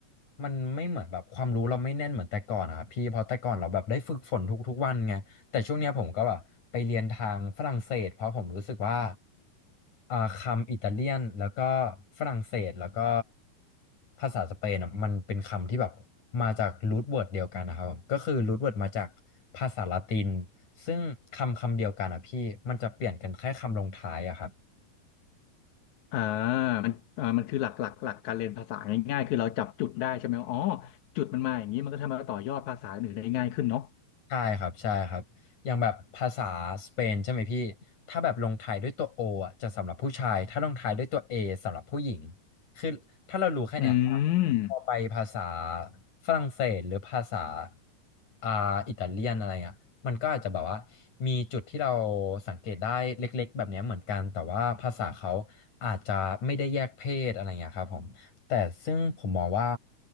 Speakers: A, on the left; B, on the left.
A: มันไม่เหมือนแบบความรู้เราไม่แน่นเหมือนแต่ก่อนอะครับพี่เพราะแต่ก่อนเราแบบได้ฝึกฝนทุกๆวันไง แต่ช่วงเนี้ยผมก็แบบไปเรียนทางฝรั่งเศสเพราะผมรู้สึกว่าอ่าคำอิตาเลียนแล้วก็ฝรั่งเศสแล้วก็ภาษาสเปนอะมันเป็นคำที่แบบมาจากรูทเวิร์ดเดียวกันนะครับก็คือรูทเวิร์ดมาจากภาษาละตินซึ่งคำคำเดียวกันอ่ะพี่มันจะเปลี่ยนกันแค่คำลงท้ายอะครับ
B: อ่ามันอ่ามันคือหลักหลักหลักการเรียนภาษาง่ายๆคือเราจับจุดได้ใช่ไหมว่าอ๋อจุดมันมาอย่างนี้มันก็ทำให้เราต่อยอดภาษาอื่นได้ง่ายขึ้นเนาะ
A: ใช่ครับใช่ครับอย่างแบบภาษาสเปนใช่ไหมพี่ถ้าแบบลงท้ายด้วยตัวโออ่ะจะสำหรับผู้ชายถ้าลงท้ายด้วยตัวเอสำหรับผู้หญิงคือถ้าเรารู้แค่เนี้ย
B: อืม
A: พอไปภาษาฝรั่งเศสหรือภาษาอ่าอิตาเลียนอะไรอ่ะมันก็อาจจะแบบว่ามีจุดที่เราสังเกตได้เล็กๆแบบเนี้ยเหมือนกันแต่ว่าภาษาเขาอาจจะไม่ได้แยกเพศอะไรเงี้ยครับผมแต่ซึ่งผมมองว่า